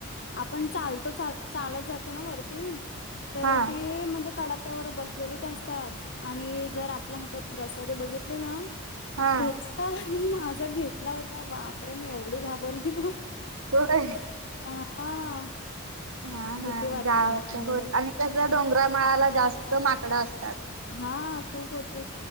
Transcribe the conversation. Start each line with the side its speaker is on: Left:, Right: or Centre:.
Left: आपण चालतो चालत जातो ना वरती तर
Right: हा
Left: ती म्हणजे कड ्यावर बसलेलीच असतात आणि जर आपल्या हातात प्रसाद बघितली ना
Right: हा
Left: खेचता माझा घेतला होता बापरे मी एवढी घाबरली ना
Right: हो
Left: हा
Right: हा
Left: भीती
Right: हा
Left: वाटतेय
Right: जा
Left: म्हणजे
Right: हो आणि कस डोंगरामळाला जास्त माकडं असतात
Left: हा खूप होती